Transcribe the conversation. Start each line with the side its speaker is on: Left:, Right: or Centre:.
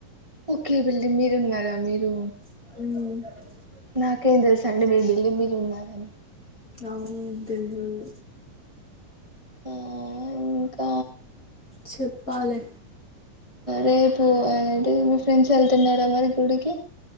Right: ఓకే. బిల్డింగ్ మీదున్నారా మీరు
Left: మ్.
Right: నాకేం తెలుసండి మీరు బిల్డింగ్ మీదున్నారని
Left: అవును. తెల్వదు.
Right: ఆ ఇంకా
Left: చెప్పాలి.
Right: రేపు ఏంటీ మీ ఫ్రెండ్స్ వెళ్తున్నారా మరి గుడికి